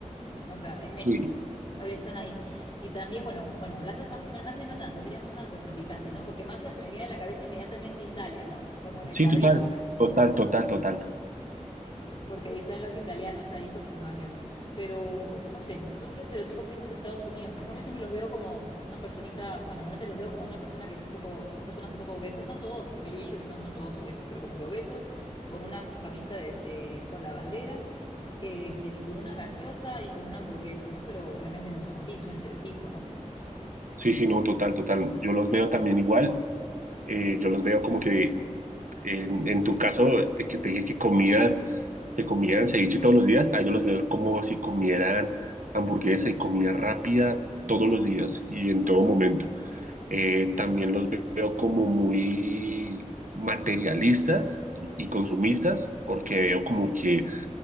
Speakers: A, on the left (about 40°); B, on the right (about 85°).
A: o sea, en México,
B: Sí,
A: <laughs> o sea, están ahí. Y también, bueno, bueno, hablando de mafias, no- mafias no tanto, serían más narcotraficantes, ¿no? Porque mafia se me viene a la cabeza inmediatamente Italia, ¿no? Como en El
B: sí,
A: Padrino.
B: total, total, total, total.
A: porque ahí están los italianos ahí con su mafia. Pero, no sé, ¿tú qué estereotipos piensas de Estados Unidos? Por ejemplo, yo siempre los veo como una personita, bueno, normalmente los veo como una persona que es un poco, son personas un poco obesas, no todos, porque yo he ido y no son todos obesos, pero como que obesos, con una camisa de, de- con la bandera, este, ni con una gaseosa y con una hamburguesa, ¿no? Pero realmente no son así, es un estereotipo, ¿no?
B: Sí, sí, no, total, total. Yo los veo también igual. eh, yo los veo como que en, en tu caso, de que te dije que comías, que comieran ceviche todos los días, a ellos los veo como si comieran hamburguesa y comida rápida todos los días y en todo momento. Eh, también los veo como muy materialistas y y consumistas, porque veo como que,